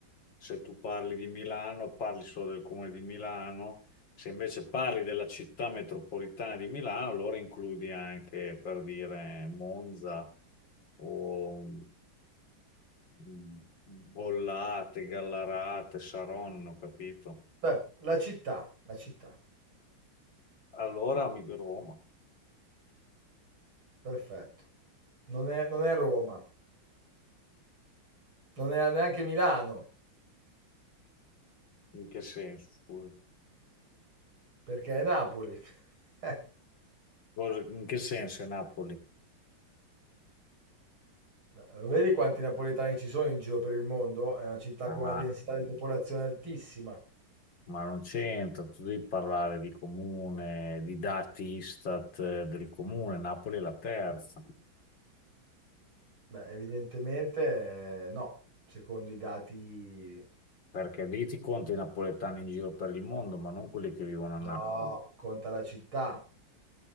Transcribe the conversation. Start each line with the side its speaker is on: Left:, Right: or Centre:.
Left: se tu parli di Milano, parli solo del comune di Milano. Se invece parli della città metropolitana di Milano, allora includi anche, per dire, Monza o mm, Bollate, Gallarate, Saronno, capito?
Right: Beh, la città, la città,
Left: Allora mi Roma.
Right: perfetto. Non è, non è Roma, non è neanche Milano,
Left: In che senso? scusa?
Right: perché è Napoli. <laughs>
Left: Cosa- In che senso è Napoli?
Right: Lo Vedi quanti napoletani ci sono in giro per il mondo? È una città
Left: Ah,
Right: con una densità di popolazione altissima.
Left: ma non c'entra, tu devi parlare di comune, di dati Istat eh, del comune, Napoli è la terza,
Right: Beh, evidentemente eh, no, secondo i dati
Left: perché lì ti conto i napoletani in giro per il mondo, ma non quelli che vivono a Napoli.
Right: no, conta la città.